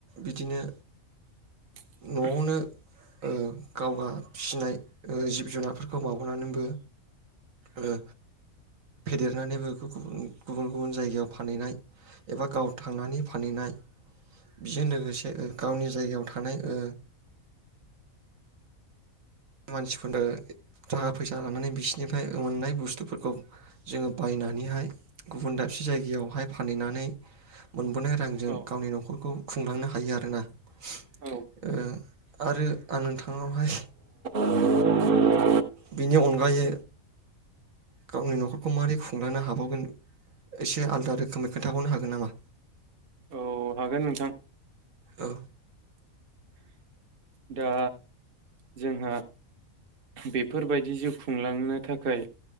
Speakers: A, on the right; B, on the right.
A: बिदिनो
B: <unintelligible>
A: न'आवनो ओ गावगा फिसिनाय ओ जिब जुनारफोरखौ माबानानैबो ओ फेदेरनानैबो बेखौ गुबुन गुबुन गुबुन जायगायाव फानहैनाय एबा गाव थांनानै फानहैनाय बेजों लोगोसे ओ गावनि जायगायाव थानाय ओ मानसिफोरनो थाखा फैसा होनानै बिसिनिफ्राय मोननाय बुस्थुफोरखौ जोङो बायनानैहाय गुबुन दाबसे जायगायावहाय फानहैनानै मोनबोनाय रांजों
B: औ
A: गावनि न'खरखौ खुंलांनो हायो आरोना ओ
B: औ
A: आरो आं नोंथांनावहाय
B: <inaudible>
A: बिनि अनगायै गावनि न'खरखौ मारै खुंलांनो हाबावगोन एसे आलदा रोखोमै खोन्थाबावनो हागोन नामा?
B: औ हागोन नोंथां।
A: औ
B: दा जोंहा बेफोर बायदि जिउ खुंलांनो थाखाय